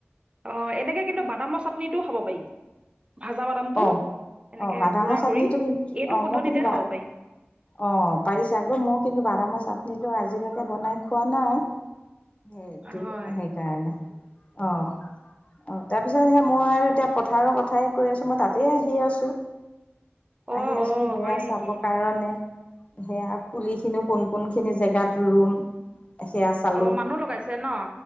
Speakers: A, on the right; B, on the left.
A: অ, এনেকে কিন্তু বাদামৰ চাটনিটো খাব পাৰি। ভাজা বাদামটো
B: অ
A: এনেকে
B: অ বাদামৰ
A: গুড়া
B: চাটনিটো
A: কৰি,
B: কিন্তু
A: এইটো
B: অ
A: পদ্ধতিতে
B: মই কিন্তু বা
A: খাব পাৰি।
B: অ, পাৰিছে আকৌ, মই কিন্তু বাদামৰ চাটনি কিন্তু আজিলৈকে বনাই খোৱা নাই, সেইটো
A: হয়
B: সেইকাৰণে। অ-অ, তাৰপিছত সেই মই আৰু এতিয়া পথাৰৰ কথাই কৈ আছো। মই তাতে আহি আছো,
A: অ
B: আহি আছো
A: অ
B: সেইয়া
A: হয় নেকি
B: চাব কাৰণে। সেইয়া পুলি খিনিও, কোন-কোন খিনিত জেগাত ৰুম সেইয়া চালো।
A: অ মানুহ লগাইছে ন